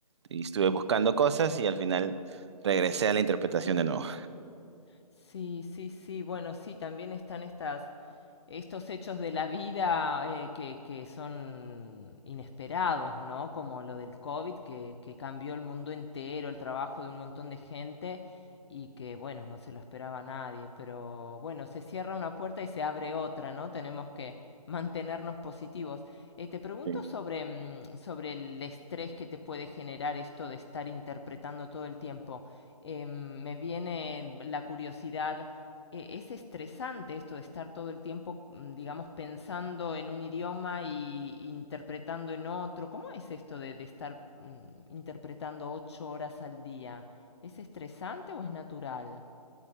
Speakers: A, on the right; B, on the left.
A: y estuve buscando cosas y al final regresé a la interpretación de nuevo.
B: Sí, sí, sí. Bueno, sí, también están estas estos hechos de la vida eh, que, que son inesperados, ¿no? Como lo del COVID, que, que cambió el mundo entero, el trabajo de un montón de gente y que, bueno, no se lo esperaba nadie, pero bueno, se cierra una puerta y se abre otra, ¿no? Tenemos que mantenernos positivos. Eh, te pregunto
A: Sí.
B: sobre, mm, sobre el estrés que te puede generar esto de estar interpretando todo el tiempo. Eh, me viene la curiosidad eh, es estresante esto de estar todo el tiempo, mm, digamos, pensando en un idioma y interpretando en otro. ¿Cómo es esto de, de estar mm, interpretando ocho horas al día? ¿Es estresante o es natural?